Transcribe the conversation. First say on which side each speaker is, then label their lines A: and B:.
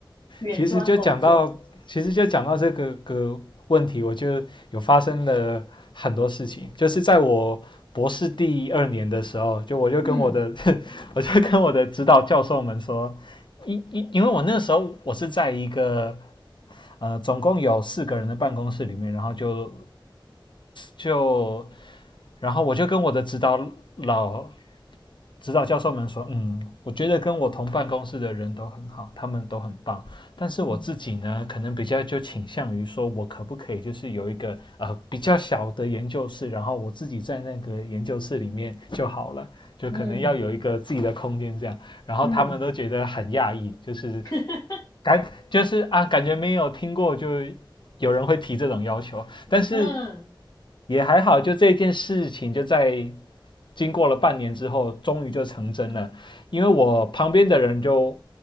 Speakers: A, on the left (about 55°); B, on the left (about 65°).
A: 远端工作？
B: 其实就讲到，其实就讲到这个个问题，我就有发生了很多事情，就是在我博士第二年的时候，就我就跟我的
A: 嗯
B: <laughs> 我就跟我的指导教授们说，因因因为我那个时候我是在一个呃总共有四个人的办公室里面，然后就就然后我就跟我的指导老指导教授们说，嗯，我觉得跟我同办公室的人都很好，他们都很棒，但是我自己呢，
A: 嗯
B: 可能比较就倾向于说，我可不可以就是有一个呃比较小的研究室，然后我自己在那个研究室里面就好了，就可能要有一个自己的空间这样，
A: 嗯
B: 然后他们都觉得很讶异，
A: 嗯
B: 就是
A: <laughs>
B: 感就是啊，感觉没有听过就有人会提这种要求，但是
A: 嗯
B: 也还好，就这件事情就在经过了半年之后，终于就成真了。因为我旁边的人就